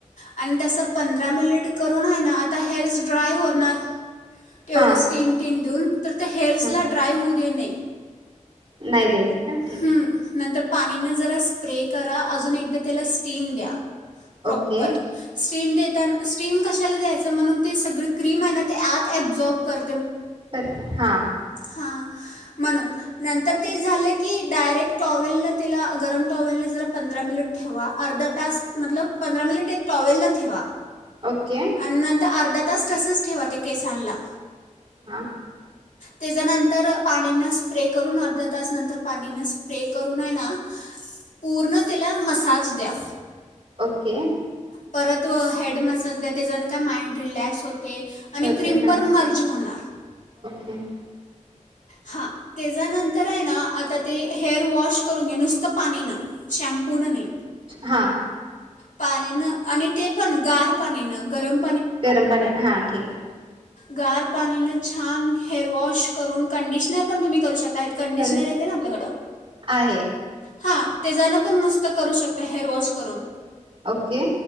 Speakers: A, on the left; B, on the right.
A: आणि तसं पंधरा मिनिट करून हाय ना आता हेरस ड्राय होणार. तेवढं
B: हां
A: स्टीम टीम देऊन तर त्या हेअर्सला
B: हां
A: ड्राय होऊ देने.
B: नाही द्यायचं का? ठीक.
A: हम्म, नंतर पाणीन जरा स्प्रे करा, अजून एकदा त्याला स्टीम द्या प्रॉपर
B: ओके
A: स्टीम देतान स्टीम कशाला द्यायचं म्हणून ते सगळी क्रीम आहे ना ते आत अब्झॉर्ब कर
B: कर ते हा!
A: हां, म्हणून नंतर ते झालं की डायरेक्ट टॉवेल नं तेला गरम टॉवेलन जर पंधरा मिनिट ठेवा. अर्धा टास्क मतलब पंधरा मिलीट ते टॉवेला ठेवा.
B: ओके.
A: आणि नंतर अर्धा तास तसेच ठेवा ते केसांनला.
B: हां
A: तेजानंतर पाणीनं स्प्रे करून, अर्धा तास नंतर पाणीनं स्प्रे करून हाय ना पूर्ण तीला मस् आज द्या
B: ओके.
A: परत व हेड मसाज देते जणू काय माइंड रिलॅक्स होत ते, आणि
B: होते
A: क्रीम
B: हां
A: पर मर्ज होणार.
B: <unintelligible>
A: हां, तेजानंतर आहे ना आता ते हेअर वॉश करून घ्या, नुसतं पाणी नं शॅम्पू नं नइ.
B: हां!
A: पाणीनं आणि ते पण गार पाणी नं. गरम
B: गरम पाणी हां ठीके.
A: गार पाणीनं छान हेअरवॉश करून कंडिशनर पण तुम्ही करू शक लाईट कंडिशनर
B: तर
A: येते ना आपल्याकडं,
B: आहे
A: हां ते जणं पण नुसतं करू शकतय हेअर वॉश करून.
B: ओके.